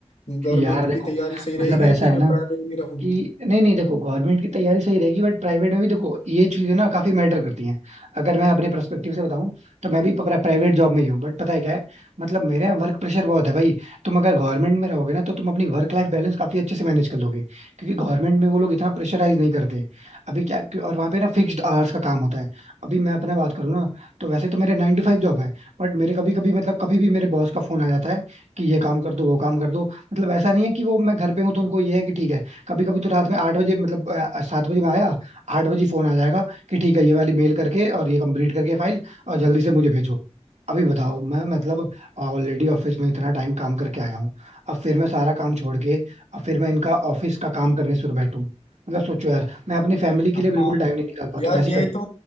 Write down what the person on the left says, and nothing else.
गवर्नमेंट
की तैयारी सही रहेगी
या फिर
प्राइवेट में रहूँ
हाँ
यार
ये
तो